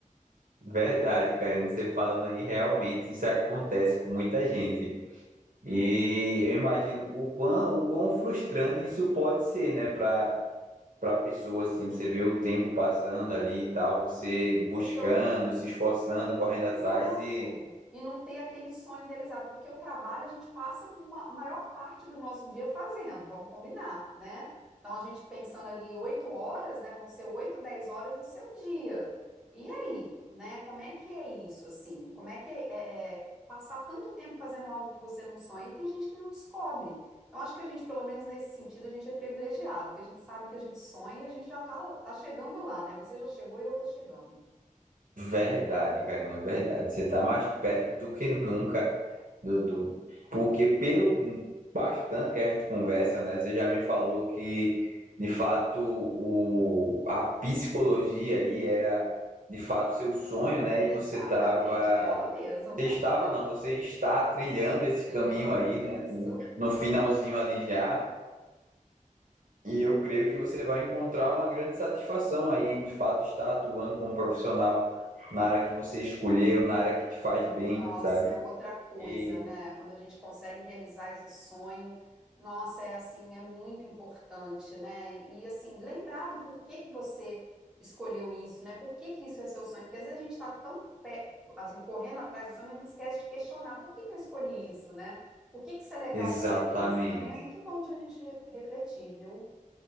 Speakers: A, on the right (about 75°); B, in the centre.
A: Verdade, Karine, você falando aí, realmente isso acontece com muita gente. E eu imagino o quão, o quão frustrante isso pode ser, né, para para pessoa assim, você vê o tempo passando ali e tal, você buscando,
B: Porque eu,
A: se esforçando, correndo
B: Exato.
A: atrás e
B: E não ter aquele sonho realizado, porque o trabalho a gente passa a maior parte do nosso dia fazendo, vamos combinar, né? Então a gente pensando ali em oito horas, né? Vão ser oito, dez horas do seu dia. E aí, né? Como é que é isso, assim? Como é que é, é é passar tanto tempo fazendo algo que você não sonha? E tem gente que não descobre. Então acho que a gente, pelo menos nesse sentido, a gente é privilegiado, porque a gente sabe que a gente sonha e a gente já tá, tá chegando lá, né? Você já chegou e eu tô chegando.
A: verdade, Karina, verdade, você tá mais perto do que nunca do, do- porque pelo bastante que a gente conversa, né, você já me falou que de fato o a psicologia aí era de fato seu sonho, né, e
B: Exatamente,
A: você tava
B: é ela mesma
A: Você
B: <laughs>
A: estava, não, você está trilhando esse
B: brilhando
A: caminho aí, né?
B: isso.
A: No finalzinho ali já. E eu creio que você vai encontrar uma grande satisfação aí em de fato estar atuando como profissional na área que você escolheu, na área que te faz bem,
B: Nossa,
A: sabe?
B: é outra coisa,
A: E,
B: né? Quando a gente consegue realizar esse sonho, nossa, é assim, é muito importante, né? E assim, lembrar do porquê que você escolheu isso, né? Por que que isso é seu sonho? Porque às vezes a gente está tão pe- assim, correndo atrás do sonho, mas a gente esquece de questionar por que que eu escolhi isso, né? Por que que isso é legal
A: exatamente.
B: para mim? Isso também é muito bom de a gente re- refletir, viu?